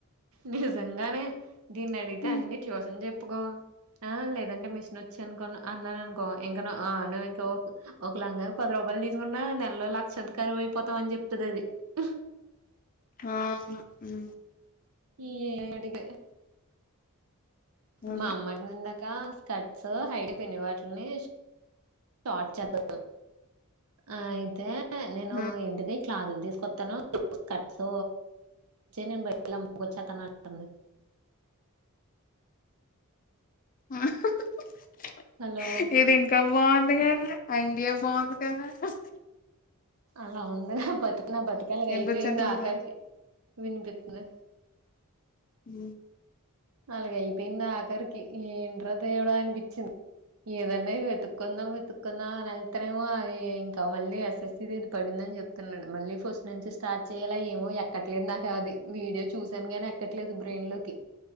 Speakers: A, on the right; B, on the left.
A: నిజంగానే దీన్ని అడిగితే
B: హ్మ్.
A: అన్ని చూసం చెప్పుకో ఆ లేదండి మిషన్ వచ్చి అనుకో అన్నా అన్నాను అనుకో ఇంకా ను అ నువ్వు ఇంకా ఓక్ ఒక లాంగాకి పది రూపా వల్ తీసుకున్న నెలలో లక్షదికారు అయిపోతాం అని చెప్తుంది అది అహ్
B: అవును ఉ
A: ఈ ఏ అడిగే
B: అదే.
A: మా అమ్మన్ నున్నక్ ఇంకా స్కర్ట్స్ హైడ్ పిన్ని వాటిలిని షార్ట్ చేత్తను అయితే నేను
B: హ్మ్.
A: ఏంటిది క్లాతులు తీసుకొత్తాను స్కట్స్ నేను బయటి కెళ్ళి అమ్ముకొచ్చెతాను అంటంది.
B: <inaudible> అహ్హ్హ్
A: హలో!
B: ఇది ఇంకా బావుంది కదా ఐ ఐయే బావుంది కదా అహ్
A: అలా ఉంది హ్ నా బతుకు నా బతుకు అలాగ
B: వినిపించట్లేదా?
A: అయిపోయింది ఆకరికి వినిపిత్తంద
B: ఉ
A: అలాగా అయిపోయింది ఆకరికి ఏంట్ర దేవుడా అనిపించింది. ఏదన్నా వెతుకుందాం వెతుకుందాం వెళ్తనేమో అది ఇంకా మళ్ళీ అసిసి ఇది పడింది. చెప్తున్నాడు మళ్ళీ ఫస్ట్ నుంచి స్టార్ట్ చేయాల ఏమో ఎక్కట్లేదు నాకు అది వీడియో చూసాను కానీ ఎక్కట్లేదు. అది బ్రెయిన్ లోకి